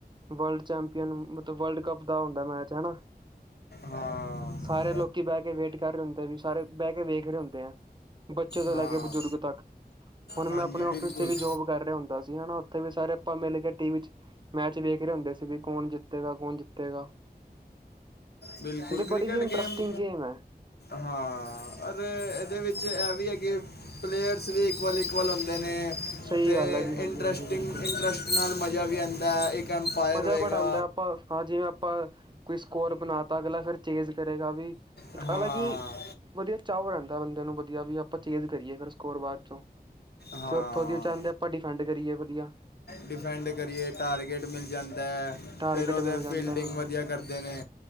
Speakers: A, on the right; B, on the left.
A: ਵਰਲਡ ਚੈਂਪੀਅਨ ਮਤਲਬ ਵਰਲਡ ਕੱਪ ਦਾ ਹੁੰਦਾ ਮੈਚ ਹੈਨਾ।
B: ਹਾਂ
A: ਸਾਰੇ ਲੋਕੀ ਬਹਿ ਕੇ ਵੇਟ ਕਰ ਰਹੇ ਹੁੰਦੇ ਆ ਵੀ ਸਾਰੇ ਬਹਿ ਕੇ ਵੇਖ ਰਹੇ ਹੁੰਦੇ ਆ। ਬਚੇ ਤੋ
B: ਹਾਂ
A: ਲੈ ਕੇ ਬਜ਼ੁਰਗ ਤੱਕ ਹੁਣ ਮੈਂ
B: ਹਾਂਜੀ
A: ਆਪਣੇ ਆਫਿਸ
B: ਬਿਲਕੁਲ
A: ਵਿੱਚ ਜੋਬ ਕਰ ਰਿਹਾ ਹੁੰਦਾ ਸੀ, ਹਨਾ ਉੱਥੇ ਵੀ ਸਾਰੇ ਆਪਾਂ ਮਿਲ ਕੇ ਟੀ ਵੀ ਵਿੱਚ ਮੈਚ ਵੇਖ ਰਹੇ ਹੁੰਦੇ ਸੀ, ਵੀ ਕੌਣ ਜਿੱਤੇਗਾ ਕੌਣ ਜਿੱਤੇਗਾ।
B: ਬਿਲਕੁਲ
A: ਤੇ ਬੜੀ
B: ਕ੍ਰਿਕਟ
A: ਹੀ ਇੰਟਰਸਟਿੰਗ
B: ਗੇਮ
A: ਹੈ
B: ਹਾਂ ਇਹਦੇ ਵਿੱਚ ਇਹ ਵੀ ਹੈ ਗੇਮ ਪਲੇਅਰਸ ਵੀ ਇਕੁਲ ਇਕੁਅਲ ਹੁੰਦੇ ਨੇ
A: ਸਹੀ
B: ਅਤੇ
A: ਗੱਲ ਹੈ ਜੀ ਹਾਂਜੀ
B: ਇੰਟਰਸਟਿੰਗ
A: ਹਾਂਜੀ ਬਿਲਕੁਲ
B: ਇੰਟਰਸਟ ਨਾਲ ਮਜ਼ਾ ਵੀ ਆਉਂਦਾ ਇੱਕ ਐੰਪਾਇਰ
A: ਮਜ਼ਾ
B: ਹੋਏਗਾ।
A: ਬੜਾ ਆਉਂਦਾ ਆਪਾਂ ਹਾਂ ਜਿਵੇਂ ਆਪਾਂ ਕੋਈ ਸਕੋਰ ਬਣਾ ਤਾ ਅਗਲਾ ਫਿਰ ਚੇਂਜ ਕਰੇਗਾ ਵੀ ਇੱਕ
B: ਹਾਂ
A: ਅਲੱਗ ਹੀ ਵਧੀਆ ਚਾਹਓ ਰਹਿੰਦਾ ਬੰਦੇ ਨੂੰ ਵਧੀਆ ਵੀ ਆਪਾਂ ਚੇਜ ਕਰੀਏ ਫਿਰ ਸਕੋਰ ਬਾਅਦ ਚੋਂ
B: ਹਾਂ
A: ਤੇ ਉੱਥੋਂ ਦੀ ਉਹ ਚਾਹੁੰਦੇ ਆਪਾ ਡਿਫੇਨਡ ਕਰੀਏ ਵਧੀਆ।
B: ਡਿਫੈਂਡ ਕਰੀਏ ਟਾਰਗੇਟ ਮਿਲ ਜਾਂਦਾ ਐ।
A: ਟਾਰਗੇਟ
B: ਫੇਰ ਓਦੇ
A: ਮਿਲ ਜਾਂਦਾ
B: ਫੀਲਡਿੰਗ
A: ਹਾਂ
B: ਵਦੀਆ ਕਰਦੇ ਨੇ